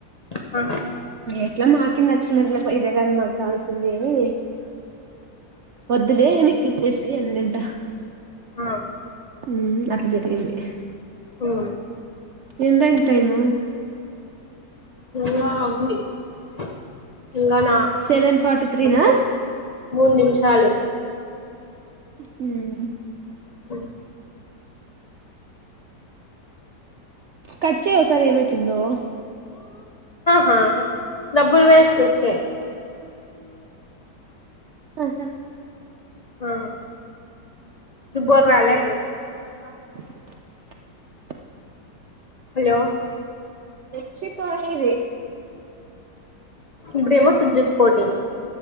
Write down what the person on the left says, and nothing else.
ఆ
ఆ
మ్
<unintelligible> ఇంగాణ
పది మూడు నిమిష చాలద
అ
హా డబ్బుల్ వేస్ట్ కే
ఆ ద బర అల ఇ
హలో
ఇమ జిక్ పోటి